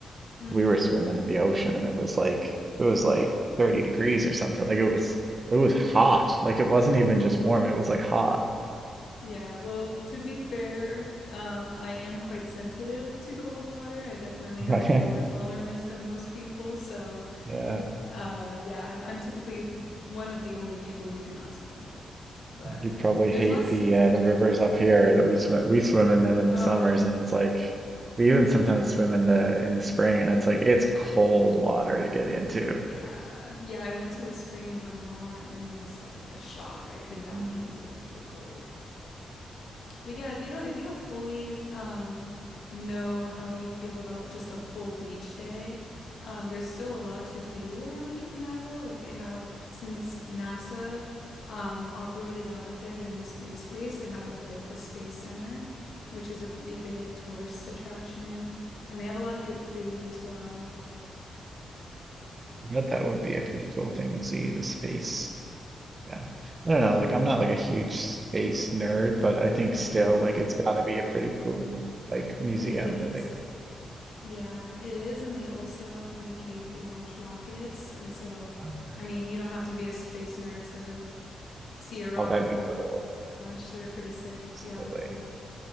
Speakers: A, on the left (about 70°); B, on the right (about 40°).
A: Mm-hmm.
B: we were swimming in the ocean and it was like it was like 30 degrees or something. Like it was it was hot. Like it wasn't even just warm, it was like hot.
A: Yeah, well, to be fair, um, I am quite sensitive to cold water. I definitely have
B: Like,
A: a lower
B: <laughs>
A: tolerance than most people. So,
B: yeah.
A: uh, yeah, I'm, I'm typically one of the only people who do not swim. But
B: You'd probably
A: there's
B: hate
A: lots
B: the
A: to do.
B: uh, the rivers up here that we swim we swim in them in
A: Oh,
B: the summers and it's like we even
A: mm-hmm.
B: sometimes swim in the in the spring and it's like it's cold water to get into.
A: Yeah. Yeah, I went to a spring in Vermont and it was like a shock. I could not
B: Mm.
A: handle the cold. But yeah, if you don't if you don't fully um, know how you feel about just a full beach day, um, there's still a lot to do around Cape Canaveral. Like they have since NASA um, operated out of there during the space race, they have like the Space Center, which is a pretty big tourist attraction, and they have a lot of good food as well.
B: But that would be a pretty cool thing to see the space. Yeah. I don't know, like I'm not like a huge space nerd, but I think still
A: Mm,
B: like it's gotta be a pretty cool like museum
A: it is.
B: that they got set
A: Yeah, it is. And they also, from the Cape, they launch rockets. And so,
B: up.
A: I mean, you don't have to be a space nerd to see a rocket
B: Oh, that'd be
A: launch.
B: cool.
A: They're pretty sick.
B: Absolutely.
A: Yeah, they're cool.